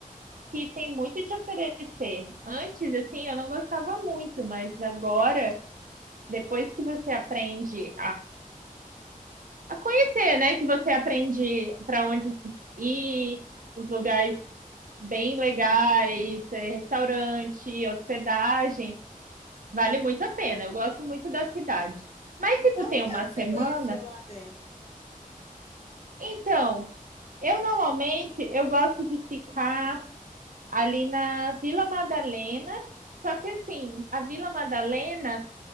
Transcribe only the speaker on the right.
que tem muito te oferecer. Antes, assim, eu não gostava muito, mas agora, depois que você aprende A conhecer, né? Que você aprende para onde ir, os lugares bem legais, eh, restaurante, hospedagem. Vale muito a pena. Eu gosto muito da cidade. Mas
se
tu tem
uma
semana,
então, eu normalmente eu gosto de ficar ali na Vila Madalena. Só que assim, a Vila Madalena,